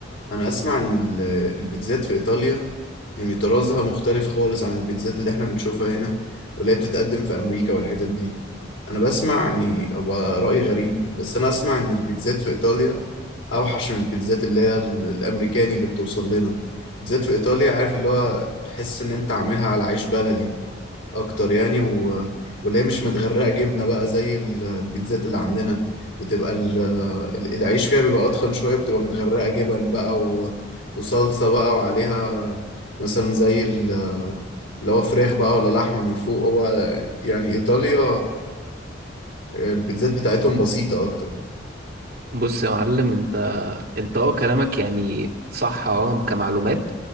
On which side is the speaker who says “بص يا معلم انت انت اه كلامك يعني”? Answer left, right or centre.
Right